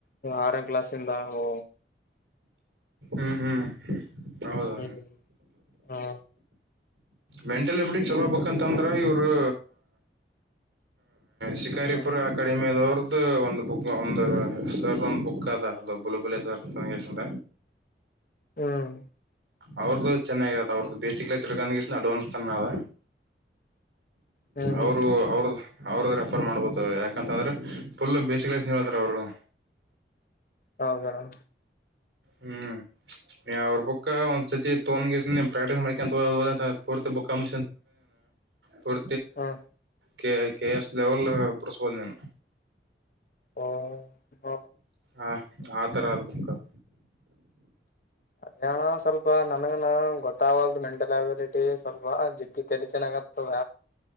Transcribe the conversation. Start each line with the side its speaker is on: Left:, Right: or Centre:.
Left: ಆರನ ಕ್ಲಾಸ್ಂದ ಒ
Right: ಹ್ಮ್ ಹ್ಮ್ ಹೌದಾ
Left: ಹ್ಮ ಹಾ
Right: ಮೆಂಟಲಿಬಿಟಿ ಚಲೋ್ಬೇಕಂತಂದ್ರ ಇವರು ಶಿಕಾರಿಪುರ
Left: ಯಾರು
Right: ಅಕಾಡೆಮಿಯಾದವ್ರ ಒ ಒಂದು ಬುಕ್ ಒಂದು ಸರ್ದ ಒಂದ್ ಬುಕ್ ಅದ ಅದು ಬುಲಬಲೆ ಸರ್ ಅಂತಷ್ಟ
Left: ಹ್ಮ್
Right: ಅವ್ರದ್ದು ಚೆನ್ನಾಗಿದ ಅವ್ರದ್ದ ಬಸಿಕ್ಸ್ಡ್ಕ ಅಡ್ವಾನ್ಸ್ ತಾವ
Left: ಹ್ಮ್
Right: ಅವರು
Left: ಹ್ಮ್
Right: ಅವ್ರ ಅವ್ರದ ರೆಫರ್ ಮಾಡ್ಬೋದು ಯಾಕಂತ ಅಂದ್ರೆ ಫುಲ್ ಬೇಸ ಕಲಸ್ತಾರ ಅವರು
Left: ಹೌದಣಾ
Right: ಹ್ಮ್ ನೀ ಅವ್ರ ಬುಕ್ಕ ಒಂದ್ಸತಿ ತೋ ಪ್ರಾಕ್ಟೀಸ್ ಮಾಡ್ ಪೂರ್ತಿ ಬುಕ್ಕ ಮು ಹ
Left: ಹ್ಮ್
Right: ಕೆ ಕೆ ಎಸ್ ಲೆವೆಲ್ ಬಿಡಸ್ಬೋದು ನೀನು
Left: ಹ ಹ
Right: ಹಾ ಆತರ ಅರ್ಬೇಕ <inaudible>
Left: ಅದಣ ಸ್ವಲ್ಪ ನನ್ಗನ <inaudible> ಗೊತ್ತಾಗಲ್ದು ಮೆಂಟಲ್ ಅಬಿಲಿಟಿ ಸ್ವಲ್ಪ ಜಿಗ್ಗ ತಲಿ ಚೆನ್ನಾಗತದ